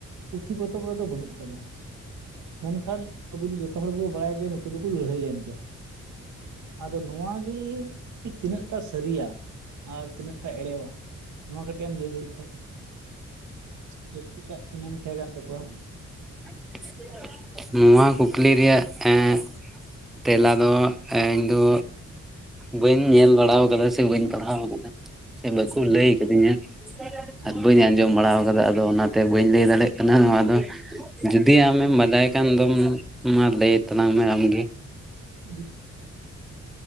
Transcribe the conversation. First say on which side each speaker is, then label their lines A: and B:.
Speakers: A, on the right (about 85°); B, in the centre.
A: ᱯᱩᱛᱷᱤ ᱯᱚᱛᱚᱵ ᱠᱚ ᱨᱮᱫᱚ ᱵᱟᱹᱱᱩᱜ ᱠᱟᱫᱟ᱾ ᱢᱮᱱᱠᱷᱟᱱ ᱟᱵᱚ ᱫᱚ ᱡᱚᱛᱚ ᱦᱚᱲ ᱜᱮᱵᱚ ᱵᱟᱲᱟᱭᱟ ᱡᱮ ᱱᱩᱠᱩ ᱫᱚᱠᱚ ᱞᱟᱹᱲᱦᱟᱹᱭ ᱞᱮᱱ ᱜᱮᱭᱟ᱾ ᱟᱫᱚ ᱱᱚᱣᱟ ᱜᱮᱞᱮ ᱡᱮ ᱛᱤᱱᱟᱹᱜ-ᱴᱟ ᱥᱟᱹᱨᱤᱭᱟ? ᱟᱨ ᱛᱤᱱᱟᱹᱜ-ᱴᱟ ᱮᱲᱮᱣᱟ ᱱᱚᱣᱟ ᱠᱟᱹᱴᱤᱡ ᱮᱢ ᱞᱟᱹᱭ ᱫᱟᱲᱮᱭᱟᱜ ᱠᱷᱟᱡ᱾ ᱪᱷᱟᱛᱤᱠᱟᱜ ᱮᱱᱮᱢ ᱛᱟᱦᱮᱸᱠᱟᱱ ᱛᱟᱠᱚᱣᱟ᱾
B: <unintelligible> ᱱᱚᱣᱟ ᱠᱩᱠᱞᱤ ᱨᱮᱭᱟᱜ ᱮᱸᱜ ᱛᱮᱞᱟ ᱫᱚ ᱤᱧᱫᱚ ᱵᱟᱹᱧ ᱧᱮᱞ ᱵᱟᱲᱟᱣ ᱠᱟᱫᱟ ᱥᱮ ᱵᱟᱹᱧ ᱯᱟᱲᱦᱟᱣ ᱠᱟᱫᱟ᱾ ᱥᱮ ᱵᱟᱠᱚ
A: ᱦᱩᱸ
B: ᱞᱟᱹᱭ ᱠᱟᱫᱤᱧᱟ
A: ᱦᱩᱸ
B: ᱟᱨ ᱵᱟᱹᱧ ᱟᱸᱡᱚᱢ ᱵᱟᱲᱟᱣ ᱠᱟᱫᱟ, ᱟᱫᱚ ᱚᱱᱟᱛᱮ ᱵᱟᱹᱧ ᱞᱟᱹᱭ ᱫᱟᱲᱮᱭᱟᱜ ᱠᱟᱱᱟ ᱱᱚᱣᱟ ᱫᱚ᱾ ᱡᱩᱫᱤ ᱟᱢᱮᱢ ᱵᱟᱰᱟᱭ ᱮᱱᱠᱷᱟᱱ ᱫᱚᱢ ᱢᱟ, ᱢᱟ ᱞᱟᱹᱭ ᱛᱟᱞᱟᱝ ᱢᱮ ᱟᱢᱜᱮ᱾
A: ᱩᱸ,